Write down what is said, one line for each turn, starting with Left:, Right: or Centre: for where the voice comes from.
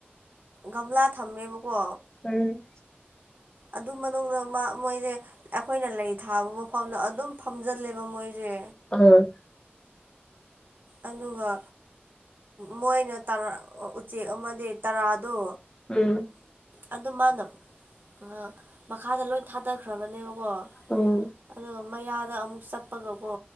Right: ꯒꯝꯂꯥ ꯊꯝꯃꯦꯕꯀꯣ
Left: ꯎꯝ
Right: ꯑꯗꯨ ꯃꯅꯨꯡꯗ ꯃꯥ ꯃꯣꯏꯗꯤ ꯑꯩꯈꯣꯏꯅ ꯂꯩ ꯊꯥꯕ ꯃꯐꯝꯗ ꯑꯗꯨꯝ ꯐꯝꯖꯤꯜꯂꯦꯕ ꯃꯣꯏꯁꯤ
Left: ꯑꯝ
Right: ꯑꯗꯨꯒ ꯃꯣꯏꯅꯥ ꯎꯆꯦꯛ ꯑꯃꯗꯤ ꯇꯔꯥꯗꯣ
Left: ꯑꯝ
Right: ꯑꯗꯨ ꯃꯥꯅ ꯑ ꯃꯈꯥꯗ ꯂꯣꯏ ꯊꯥꯗꯈ꯭ꯔꯕꯅꯦꯕꯀꯣ
Left: ꯎꯝ
Right: ꯑꯗꯣ ꯃꯌꯥꯗ ꯑꯃꯨꯛ ꯆꯠꯄꯒꯀꯣ